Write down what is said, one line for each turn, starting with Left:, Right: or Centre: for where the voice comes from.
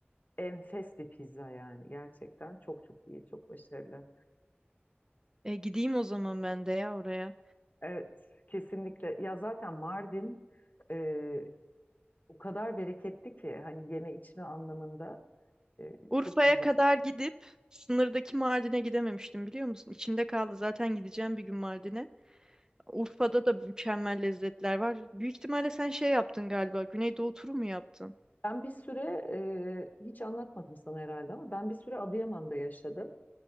Left: enfes bir pizza yani. Gerçekten çok çok iyi, çok başarılı.
Right: E, gideyim o zaman ben de ya oraya.
Left: Evet, kesinlikle. Ya zaten Mardin e, o kadar bereketli ki hani yeme içme anlamında e,
Right: Urfa'ya
Left: çok güzel.
Right: kadar gidip sınırdaki Mardin'e gidememiştim biliyor musun? İçimde kaldı. Zaten gideceğim bir gün Mardin'e. Urfa'da da mükemmel lezzetler var. Büyük ihtimalle sen şey yaptın galiba. Güneydoğu turu mu yaptın?
Left: Ben bir süre e, hiç anlatmadım sana herhalde ama ben bir süre Adıyaman'da yaşadım.